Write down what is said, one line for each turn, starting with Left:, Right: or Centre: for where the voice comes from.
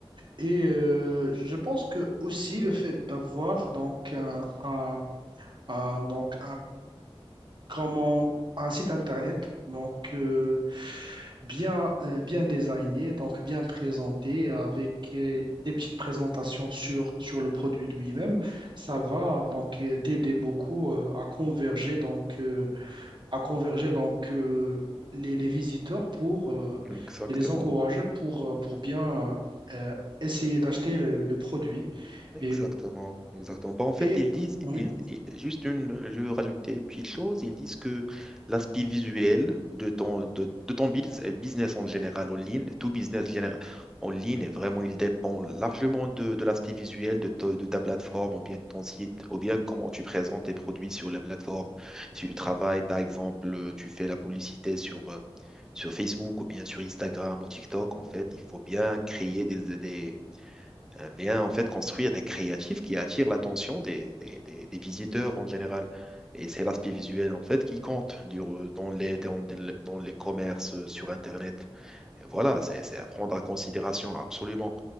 Right: Et euh, je pense que aussi le fait d'avoir donc un, un- un- donc comment un site internet, donc euh, bien, euh, bien designé, donc bien présenté, avec euh, des petites présentations sur, sur le produit lui-même, ça va donc euh, t'aider beaucoup euh, à converger donc euh, à converger donc euh, les, les visiteurs pour euh,
Centre: exactement.
Right: et les encourager pour euh, pour bien euh, essayer d'acheter le, le produit
Centre: Exactement,
Right: et
Centre: exactement. Bah, en fait,
Right: et
Centre: ils disent,
Right: oui
Centre: ils- ils- juste une, je veux rajouter une petite chose, ils disent que l'aspect visuel de ton, de, de ton bus- business en général en ligne, tout business général en ligne, vraiment, il dépend largement de, de l'aspect visuel de, ta- de ta plateforme ou bien de ton site, ou bien comment tu présentes tes produits sur la plateforme. Si tu travailles, par exemple, euh, tu fais la publicité sur, euh, sur Facebook ou bien sur Instagram ou TikTok, en fait, il faut bien créer des, des, euh, vient en fait construire des créatifs qui attirent l'attention des, des- des- des visiteurs en général. Et c'est l'aspect visuel en fait qui compte du- dans les, dans, dans les commerces euh, sur Internet. Et voilà, c'est c'est à prendre en considération absolument.